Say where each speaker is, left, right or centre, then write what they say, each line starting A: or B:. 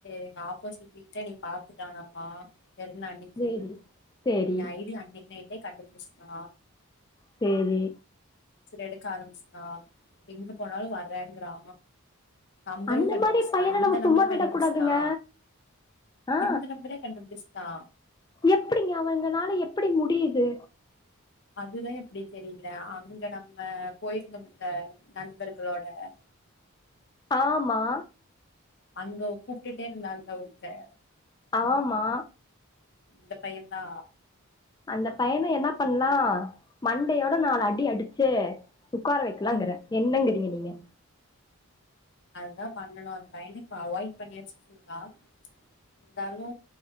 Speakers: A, on the left; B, on the left.
A: எங்க ஆப்போசிட் வீட்ல என்னைய பாத்துட்டானம்மா பெருநா அன்னிக்கி
B: சேரி சேரி
A: ஏ ஐடிய அன்னைக் நைட்டே கண்டுபுடிச்சிடா
B: சேரி
A: எடுக்க ஆரம்பிச்டா எங்க போனாலு வறேங்கிறா நம்பரு
B: அந்த
A: கண்டுபுடிச்
B: மாரி பையன
A: இந்த
B: நம்ம
A: நம்பர்
B: சும்மா விடக்
A: கண்டுபுடிச்சுடா
B: கூடாதுங்க ஆ
A: இந்த நம்பரே கண்டுபுடிச்சுடா
B: எப்டிங்க அவங்கனால எப்டி முடியுது
A: அதுதா எப்டி தெரில அங்க நம்ம போயிருந்தம்ல நண்பர்களோட <inaudible>
B: ஆமா
A: அங்க கூப்பிட்டே இருந்தாந்தா ஒருத்த
B: ஆமா
A: இந்த பைய தா
B: அந்த பையன என்ன பண்லா மண்டயோட நாலு அடி அடிச்சு உக்கார வைக்கலாங்கற
A: ம்
B: என்னங்கிறீங்க நீங்க
A: அதுதா பண்ணணு அந்த பையன இப்ப அவாய்ட் பண்ணியாச்சு ஃபுல்லா இருந்தாலு